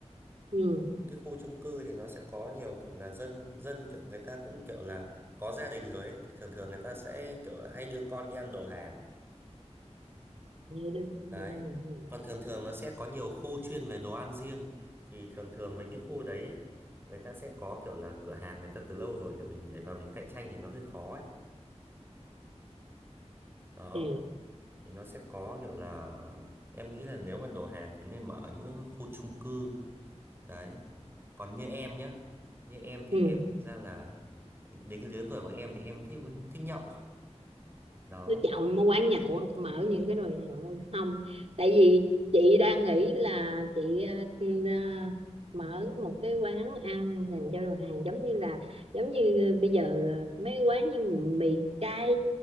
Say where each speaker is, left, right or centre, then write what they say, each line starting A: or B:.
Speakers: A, on the right; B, on the right.
A: Ừ.
B: những cái khu chung cư thì nó sẽ có nhiều kiểu là dân dân kiểu người ta cũng kiểu là có gia đình rồi ấy thì thường thường người ta sẽ kiểu là hay đưa con đi ăn đồ Hàn
A: Vậy đó. Ừ.
B: đấy
A: Ừ. ừ,
B: còn thường thường nó sẽ có nhiều khu chuyên về đồ ăn riêng thì thường thường mấy cái khu đấy ấy, người ta sẽ có kiểu là cửa hàng người ta từ lâu rồi để mình nhảy vào mình cạnh tranh thì nó hơi khó ấy đó
A: ok.
B: thì nó sẽ có kiểu là em nghĩ là nếu mà đồ Hàn thì nên mở ở những khu chung cư đấy còn như em nhá như em thì
A: Ừ.
B: em thực ra là đến cái lứa tuổi của em thì em thích thích nhậu đó
A: đứa chồng nó quán nhậu mở những cái đồ nhậu không tại vì chị đang nghĩ là chị ờ, ừ, ờ, mở một cái quán ăn dành cho đồ hàng giống như là giống như bây giờ ờ, mấy quán như mì cay